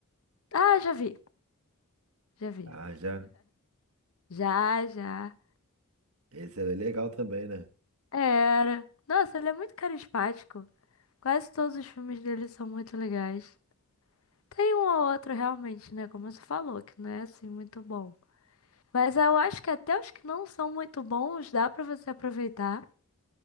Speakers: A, on the left; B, on the right.
A: Ah, já vi, já vi.
B: Ah, já.
A: Já, já.
B: Esse era legal também, né?
A: Era. Nossa, ele é muito carismático. Quase todos os filmes dele são muito legais. Tem um ou outro realmente, né? Como você falou, que não é assim muito bom. Mas eu acho que até os que não são muito bons, dá pra você aproveitar.